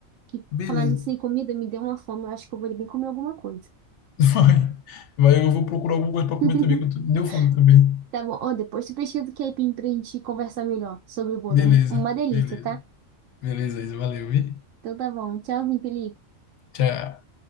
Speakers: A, on the right; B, on the left.
A: Que
B: Beleza.
A: falar nisso em comida me deu uma fome, eu acho que eu vou ali bem comer alguma coisa.
B: <laughs> Vai, vai, eu vou procurar alguma coisa pra comer
A: <laughs>
B: também, que eu tô- deu fome também.
A: Tá bom, ó, depois tu pesquisa o que é aipim pra gente conversar melhor sobre o bolo.
B: Beleza,
A: É muito, uma delícia,
B: beleza.
A: tá?
B: Beleza, Isa, valeu, vi?
A: Então tá bom, tchauzinho, Felipe.
B: Tchau.